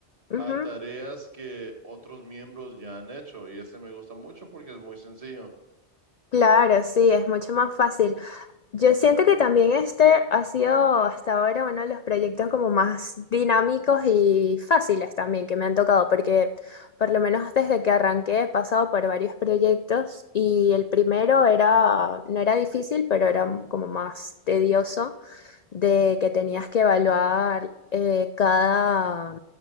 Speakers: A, on the left; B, on the right.
A: Ujú.
B: a tareas que otros miembros ya han hecho. Y este me gusta mucho porque es muy sencillo.
A: Claro, sí, es mucho más fácil. Yo siento que también este ha sido hasta ahora uno de los proyectos como más dinámicos y fáciles también que me han tocado, porque por lo menos desde que arranqué he pasado por varios proyectos y el primero era, no era difícil, pero era como más tedioso, de que tenías que evaluar eh, cada,